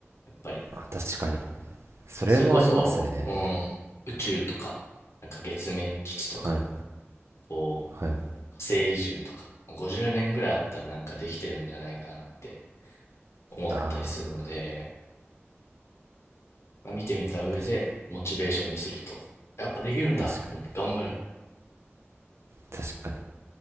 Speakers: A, on the left; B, on the right.
A: ぱり。
B: あ、確かに。それもありますね。
A: それこそ、うん、宇宙とか、なんか月面基地とか、
B: はい、
A: こ
B: はい。
A: う、火星移住とか、まあ50年ぐらいあったらなんかできてるんじゃないかなって思ったりするので、
B: ああ、
A: まあ見てみた上で、
B: たし、
A: モチベーションにすると。やっぱできるんだと思って頑張れば。
B: 確かに、確かに。